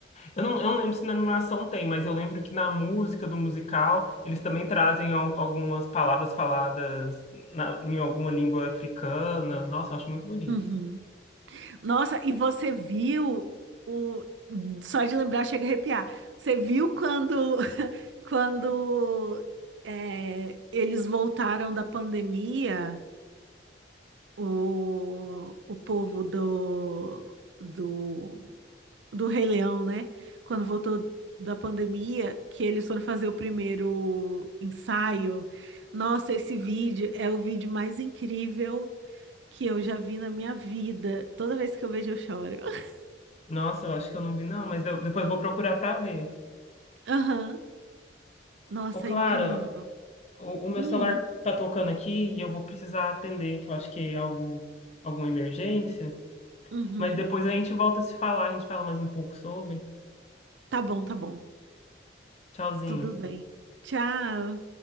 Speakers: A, on the left (about 35°); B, on the right (about 75°).
A: eu não, eu não lembro se na animação tem, mas eu lembro que na música do musical eles também trazem al- algumas palavras faladas na- em alguma língua africana. Nossa, eu acho muito bonito.
B: Uhum. Nossa, e você viu o. Só de lembrar chega a arrepiar. Você viu quando, <laughs> quando é, eles voltaram da pandemia, o, o povo do, do do Rei Leão, né? Quando voltou da pandemia, que eles foram fazer o primeiro ensaio. Nossa, esse vídeo é o vídeo mais incrível que eu já vi na minha vida. Toda vez que eu vejo, eu choro. <laughs>
A: Nossa, eu acho que eu não vi, não, mas eu- depois eu vou procurar pra ver.
B: Aham. Nossa,
A: Ô, Clara,
B: é incrível.
A: o, o meu
B: Hum,
A: celular tá tocando aqui e eu vou precisar atender, que eu acho que é algo, alguma emergência.
B: uhum.
A: Mas depois a gente volta a se falar, a gente fala mais um pouco sobre.
B: Tá bom, tá bom.
A: Tchauzinho.
B: Tudo bem. Tchau.